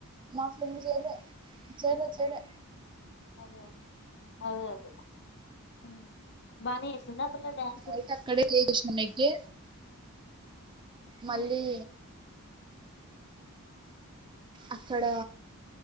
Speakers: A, on the right (about 20°); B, on the left (about 50°).
A: మా ఫ్రెండ్ చేయలే చెలే చెలే
B: అదే అదే అదే హు బాగానేసింద ఆ పిల్ల డ్యాన్స్
A: నైట్ అక్కడే స్టే చేసినాం నెక్స్ట్ డే మళ్ళీ
B: ఉమ్,
A: అక్కడ